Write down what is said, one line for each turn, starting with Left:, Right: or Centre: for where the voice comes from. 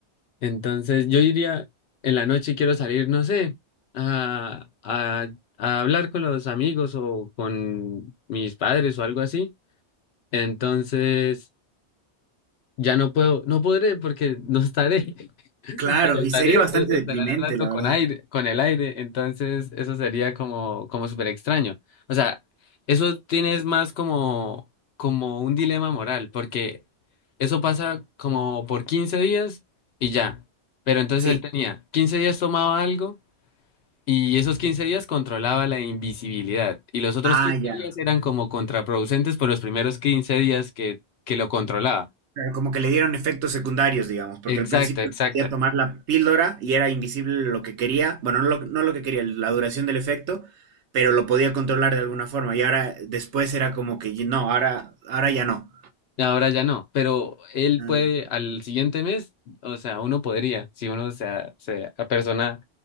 Left: entonces yo iría en la noche y quiero salir, no sé, a, a, a hablar con los amigos o con mis padres o algo así. Entonces. Ya no puedo, no podré porque no estaré. <laughs>
Right: claro,
Left: O sea, estaré,
Right: y sería bastante
Left: eh, o
Right: deprimente,
Left: estarán hablando
Right: la
Left: con
Right: verdad.
Left: aire, con el aire, entonces eso sería como, como súper extraño. O sea, eso tienes más como, como un dilema moral, porque eso pasa como por 15 días y ya. Pero entonces
Right: Sí.
Left: él tenía 15 días tomaba algo y esos 15 días controlaba la invisibilidad. Y los otros
Right: Ah,
Left: 15
Right: ya.
Left: días eran como contraproducentes por los primeros 15 días que, que lo controlaba.
Right: Claro, Como que le dieron efectos secundarios, digamos, porque
Left: Exacto,
Right: al principio
Left: exacto.
Right: quería tomar la píldora y era invisible lo que quería, bueno, no lo, no lo que quería, la duración del efecto, pero lo podía controlar de alguna forma. Y ahora después era como que y- no, ahora, ahora ya no.
Left: Ahora ya no, pero él
Right: Ah,
Left: puede al siguiente mes, o sea, uno podría, si uno se, a- se apersona